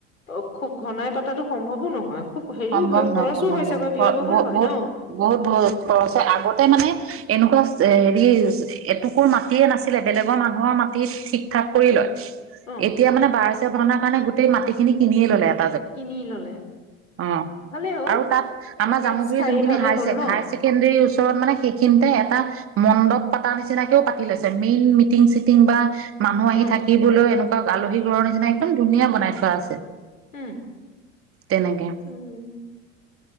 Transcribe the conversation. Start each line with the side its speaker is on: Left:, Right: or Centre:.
Left: অ', খুব ঘনাই পাতাটো সম্ভৱো নহয়। খুব হেৰিও
Right: সম্ভৱ
Left: হয় খৰচো
Right: নহয়, সম্ভৱ
Left: হয়
Right: নহয়,
Left: চাগৈ
Right: বহ
Left: ব্যয়বহুল হয়
Right: বহুত,
Left: ন
Right: বহুত, বহু খৰচ হয়, আগতে মানে এনেকুৱা হেৰি, এটুকুৰ মাটিয়ে নাছিলে, বেলেগৰ মানুহৰ মাটি ঠিক ঠাক কৰি লয়।
Left: অ
Right: এতিয়া, মানে বাৰেছে ভাওনা সেই কাৰণে, গোটে মাটিখিনি কিনিয় ল'লে আৰু।
Left: কিনি ললে।
Right: অঁ
Left: ভালেই হ'ল
Right: আৰু তাত আমাৰ
Left: একে
Right: জামুগুৰি
Left: স্থায়ী
Right: যোনখিনি
Left: ভাৱে
Right: হাই
Left: হ'ল ন
Right: হাই ছেকেণ্ডৰীৰ ওচৰ ওচৰত মানে সেইখিনিতে এটা মণ্ডপ পতা নিচিনাকেও পাতি লৈছে মেইন মিটিং চিটিং বা মানুহ
Left: উম
Right: আহি থাকিবলৈও এনেক একদম আলহী ঘৰ নিচিনা একদম ধুনীয়া বনাই থোৱা আছে।
Left: উম
Right: তেনেকে।
Left: উম